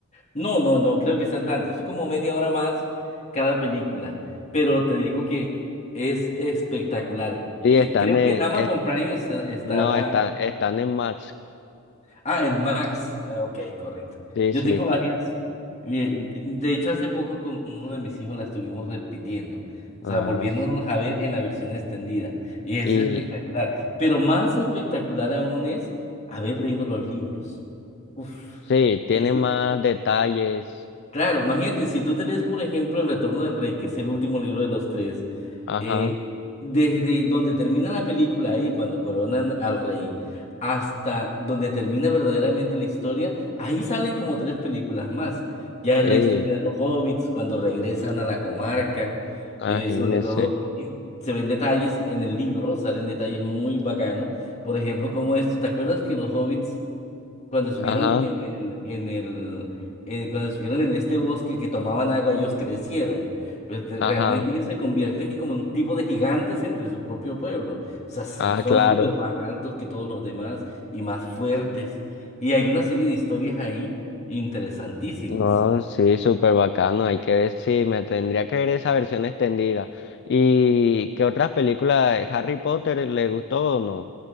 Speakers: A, on the left; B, on the left.
A: No, no, no, creo que sean tantos, como media hora más cada película, pero te digo que es espectacular. Eh,
B: Sí, están
A: creo
B: en,
A: que en Amazon
B: es-
A: Prime está, está
B: no,
A: la
B: están, están en Max.
A: Ah, en Max. Ah, Ok, correcto.
B: Sí,
A: Yo
B: sí.
A: tengo varias. Eh, De hecho, hace poco con uno de mis hijos la estuvimos repitiendo. O
B: Ah,
A: sea, volviéndonos a ver en la versión extendida. Y es
B: y
A: espectacular. Pero más espectacular aún es haber leído los libros. Uf.
B: sí, tiene
A: Eso,
B: más detalles.
A: claro, imagínate, si tú te lees, por ejemplo, El Retorno del Rey, que es el último libro de los tres,
B: Ajá,
A: eh, desde donde termina la película ahí, cuando coronan al rey, hasta donde termina verdaderamente la historia, ahí salen como tres películas más. Ya
B: sí,
A: es la historia de los hobbits, cuando regresan a la comarca,
B: imagínese.
A: eh, sobre todo, y se ven detalles en el libro, salen detalles muy bacanos. Por ejemplo, como esto, ¿te acuerdas que los hobbits cuando estuvieron
B: Ajá,
A: en el, en el, eh, cuando estuvieron en este bosque que tomaban agua, ellos crecieron. pues te-
B: ajá,
A: realmente ellos se convierten como un tipo de gigantes entre su propio pueblo. O sea, so-
B: ah,
A: son
B: claro.
A: súper más altos que todos los demás y más fuertes. Y hay una serie de historias ahí interesantísimas.
B: No, sí, súper bacano. Hay que ver si me tendría que ver esa versión extendida. ¿Y qué otras películas de Harry Potter le gustó o no?